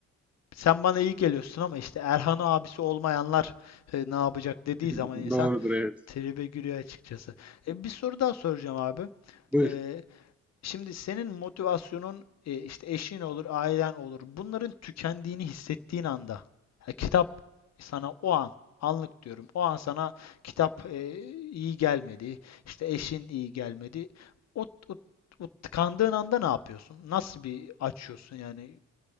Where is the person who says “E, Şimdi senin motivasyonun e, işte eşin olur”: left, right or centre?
Left